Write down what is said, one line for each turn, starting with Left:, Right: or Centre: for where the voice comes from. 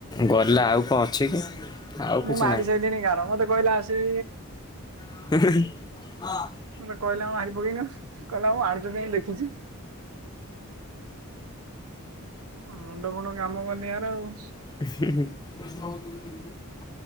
Left: ଗଲା ଆଉ କଣ ଅଛି କି? ଆଉ କିଛି
Right: ମୁଁ ମାରି
Left: ନାହିଁ
Right: ସାଇଲିନି ଗାର ମତେ କହିଲା ସେ
Left: <inaudible>
Right: ମତେ କହିଲା ମୁଁ ମାରି ପକେଇନୁ କହିଲା ହଁ ଆଣିଛନ୍ତି ମୁଁ ଦେଖିଚି। ମୁଣ୍ଡ ଫୁଣ୍ଡ କାମ କରୁନି ୟାର ଆଉ।
Left: <inaudible>